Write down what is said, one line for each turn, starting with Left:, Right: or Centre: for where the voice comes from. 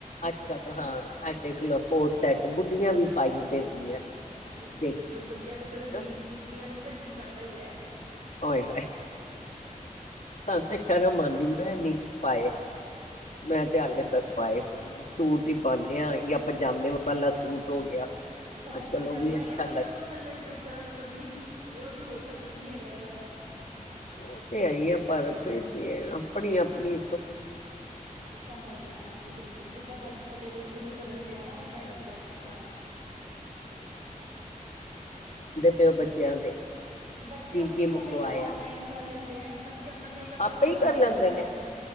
Left: ਅੱਜ ਕੱਲ੍ਹ ਹਾਂ, ਆ ਦੇਖ ਲੋ ਕੋਡ ਸੈਟ ਬੁੱਡੀਆਂ ਵੀ ਪਾਈ ਫਿਰਦੀਆਂ
Right: ਹਾਂ ਤੇ ਕੀ
Left: ਦੇਖੀਆਂ
Right: ਬੁੱਡੀਆਂ
Left: ਮੈਂ
Right: ਨੂੰ ਕਿਹੜਾ
Left: ਹਨਾ
Right: ਜੀ ਬੁੱਡੀਆਂ ਨੂੰ ਵੀ ਜੀ ਕਰਦਾ ਹੀ ਹੈ।
Left: ਓਏ ਹੋਏ ਸਾਨੂੰ ਤੇ ਸ਼ਰਮ ਆਉਂਦੀ ਮੈਂ ਨੀ ਪਾਏ ਮੈਂ ਤੇ
Right: ਹਾਂ
Left: ਹਲੇ ਤੱਕ ਪਾਏ ਕੋਈ ਨੀ ਸੂਟ ਹੀ ਪਾਨੇ ਹਾਂ ਜਾਂ ਪਜਾਮੇ ਵਾਲਾ ਸੂਟ ਹੋ ਗਿਆ।
Right: ਇਕ ਤਾਂ ਬਸ
Left: ਅੱਜ ਕੱਲ
Right: ਪਜਾਮਾ
Left: ਉਹ ਵੀ ਅੱਛਾ
Right: ਇਹ ਸਮਝੋ
Left: ਲੱਗਦਾ
Right: ੳ ਵੀ ਥੱਲੇ ਬਸ ਜਰਾ ਜੀ ਕਮੀਜ ਹੀ ਉਚੀ ਏ ੳਦੀ ਹੋਰ ਤਾਂ ਕੁੱਛ ਨੀ ਹੈਗਾ ਏਦਾਂ ਦਾ
Left: ਉਹ ਤੇ ਹੈ ਹੀ ਹੈ, ਪਰ ਫੇਿਰ ਵੀ ਅਪਣੀ ਅਪਣੀ
Right: ਸ ਸਮਝ ਹੈ ਹਾਂਜੀ, ਬਿਲਕੁਲ। ਜਿੱਦਾਂ ਕੰਫਰਟੇਬਲ
Left: ਹਾਂਜੀ
Right: ਸ਼ੁਰੂ
Left: ਹੋਰ
Right: ਤੋ ਰਹਿੰਦੇ ਹੈ ਨਾ ਓਦਾਂ
Left: ਹਾਂ,
Right: ਹੀ ਲੱਗਦਾ ਅੱਛਾ ਪਾਉਣ
Left: ਹਾਂਜੀ
Right: ਨੂੰ
Left: ਪਿਓ ਬੱਚਿਆਂ ਦੇ
Right: ਬੱਚੇ
Left: ਕੀ
Right: ਅਪਣੀ
Left: ਕੀ
Right: ਸ਼ੋਪਿੰਗ
Left: ਮੰਗਵਾਇਆ
Right: ਤਾਂ ਔਨਲਾਈਨ ਕਰ ਲੈਂਦੇ ਐ। ਬ ਬੱਚੇ ਆਪਣਾ ਮੇਕਅਪ
Left: ਆਪੇ
Right: ਦਾ ਸਮਾਨ
Left: ਹੀ ਕਰ
Right: ਵੀ ਮੰਗਾ
Left: ਨੇ
Right: ਲੈਂਦੇ ਆ।